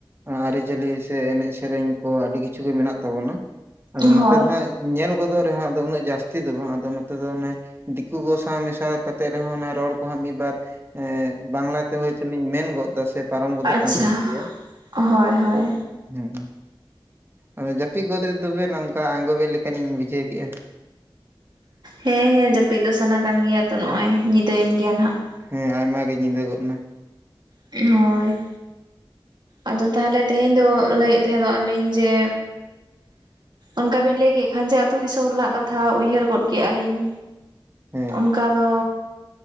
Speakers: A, on the right (about 25°); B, on the right (about 55°).
A: ᱟᱹᱨᱤᱪᱟᱹᱞᱤ ᱥᱮ ᱮᱱᱮᱡ ᱥᱮᱨᱮᱧ ᱠᱚ ᱟᱹᱰᱤ ᱠᱤᱪᱷᱩ ᱜᱮ ᱢᱮᱱᱟᱜ ᱛᱟᱵᱚᱱᱟ ᱟᱫᱚ ᱱᱚᱛᱮ
B: ᱦᱳᱭ
A: ᱫᱚ ᱦᱟᱸᱜ ᱧᱮᱞ ᱜᱚᱫᱚᱜ ᱨᱮᱦᱚᱸ ᱟᱫᱚ ᱩᱱᱟᱹᱜ ᱡᱟᱹᱥᱛᱤ ᱫᱚ ᱵᱟᱝ ᱟᱫᱚ ᱱᱚᱛᱮ ᱫᱚ ᱚᱱᱮ ᱫᱤᱠᱩ ᱠᱚ ᱥᱟᱶ ᱢᱮᱥᱟ ᱠᱟᱛᱮᱜ ᱨᱮᱦᱚᱸ ᱚᱱᱟ ᱨᱚᱲ ᱠᱚᱦᱚᱸ ᱢᱤᱫᱵᱟᱨ ᱮ ᱵᱟᱝᱞᱟ ᱛᱮ ᱦᱳᱭᱛᱚᱞᱤᱧ ᱢᱮᱱ ᱜᱚᱫ ᱮᱫᱟ ᱥᱮ ᱯᱟᱨᱚᱢ ᱜᱚᱫᱚᱜ
B: ᱟᱪᱪᱷᱟ
A: ᱠᱟᱱ ᱛᱟᱞᱤᱧ ᱜᱮᱭᱟ
B: ᱦᱳᱭ ᱦᱳᱭ
A: ᱦᱮᱸ ᱟᱫᱚ ᱡᱟᱹᱯᱤᱫ ᱜᱚᱫ ᱫᱚᱵᱮᱱ ᱱᱚᱝᱠᱟ ᱟᱸᱜᱚᱵᱮᱫ ᱞᱮᱠᱟᱞᱤᱧ ᱵᱩᱡᱷᱟᱹᱣ ᱠᱮᱫᱮᱜᱼᱟ ᱾
B: ᱦᱮᱸ ᱦᱮᱸ ᱡᱟᱹᱯᱤᱫ ᱫᱚ ᱥᱟᱱᱟ ᱠᱟᱱ ᱜᱮᱭᱟ ᱛᱚ ᱱᱚᱜᱼᱚᱭ ᱧᱤᱫᱟᱹᱭᱮᱱ ᱜᱮᱭᱟ ᱦᱟᱸᱜ ᱾
A: ᱦᱮᱸ ᱟᱭᱢᱟ ᱜᱮ ᱧᱤᱫᱟᱹ ᱜᱚᱫ ᱮᱱᱟ ᱾
B: ᱦᱳᱭ ᱟᱫᱚ ᱛᱟᱦᱞᱮ ᱛᱮᱦᱮᱧ ᱫᱚ ᱞᱟᱹᱭᱮᱫ ᱛᱟᱦᱮᱸ ᱚᱜ ᱟᱞᱤᱧ ᱡᱮ ᱚᱱᱠᱟ ᱵᱤᱱ ᱞᱟᱹᱭ ᱠᱮᱫ ᱠᱷᱟᱱ ᱡᱮ ᱟᱹᱛᱩ ᱫᱤᱥᱚᱢ ᱨᱮᱱᱟᱜ ᱠᱟᱛᱷᱟ ᱩᱭᱦᱟᱹᱨ ᱜᱚᱫ ᱠᱮᱫᱼᱟ ᱞᱤᱧ
A: ᱦᱮᱸ
B: ᱚᱱᱠᱟ ᱫᱚ